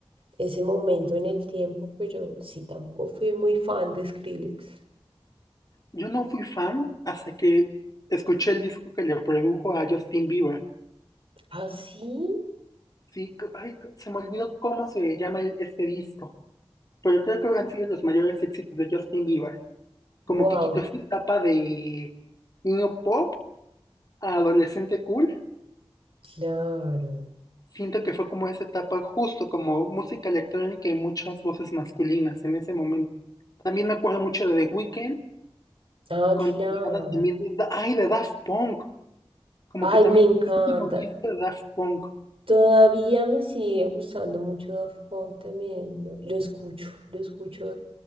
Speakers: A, on the right; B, on the left.
A: ese momento en el tiempo, pero sí, tampoco fui muy fan de Skrillex.
B: yo no fui fan hasta que escuché el disco que le produjo a Justin Bieber.
A: Ah, sí.
B: Sí, c- ay, c- se me olvidó cómo se llama el- este disco, pero creo que han sido los mayores éxitos de Justin Bieber. Como
A: Wow,
B: que quitó esa etapa de niño pop a adolescente cool
A: claro.
B: Siento que fue como esa etapa, justo como música electrónica y muchas voces masculinas en ese momento. También me acuerdo mucho de The Weeknd,
A: Ah,
B: con
A: claro.
B: la llegada también de, Da- ay, de Daft Punk, como
A: Ay,
B: que también
A: me encanta.
B: el último disco de Daft Punk.
A: Todavía me sigue gustando mucho Daft Punk también. Lo lo escucho, lo escucho